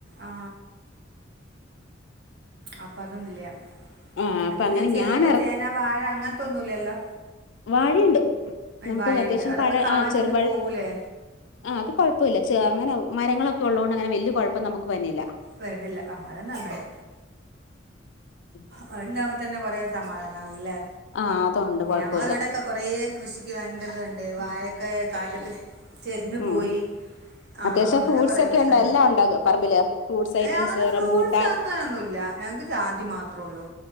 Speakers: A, on the right; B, on the left.
A: ആ അപ്പോ അതൊന്നുല്ലൃ
B: ആ അപ്പൊ
A: അതിന്
B: അങ്ങനെ
A: ചേമ്പ്
B: ഞാൻ
A: ചേനാ വാഴ അങ്ങനെത്തോന്നുന്നില്ലല്ലോ
B: വാഴയിണ്ട് നമ്മുക്ക്
A: വാഴയുണ്ട്
B: അത്യാവശ്യം
A: അതൊക്കെ
B: പഴ
A: കാറ്റിന്
B: ചെറുപഴം
A: പോവൂലേ
B: അതു കൊഴപ്പയില്ല ചെ അങ്ങനെ മരങ്ങളൊക്കെ ഒള്ളക്കൊണ്ട് അങ്ങനെ വല്ല്യ കൊഴപ്പം നമ്മുക്ക് വന്നില്ല
A: വരുന്നില്ല ആ അത് നന്നായി
B: ഉം
A: അത് ഇണ്ടവത് - തന്നെ കൊറെ സമാധാനായില്ലേ
B: ആ അതുണ്ട് കുഴപ്പമില്ല
A: ഞങ്ങളവടൊക്കെ കൊറെ കൃഷിക്ക് വയങ്കര ഇത് വേണ്ടേ വഴക്കയോ
B: ഉം
A: കാറ്റത്ത് ചെരിഞ്ഞുപോയി
B: ഉം
A: ആ
B: അത്യാവശ്യം
A: അങ്ങനെ
B: ഫ്രൂട്ട്സ്
A: കൊറെ
B: ഒക്കെ
A: പ്രശ്നണ്ട്
B: ഉണ്ട് എല്ലാം ഉണ്ടാകും പറമ്പില് ഫ്രൂട്ട്സ് ഐറ്റംസ്
A: അയിനങ്ങനെ ഫ്രൂട്സ്
B: റംബൂട്ടാൻ
A: അങ്ങനൊന്നുല്ല ഞങ്ങക്ക് ജാതി മാത്രം ഉള്ളൂ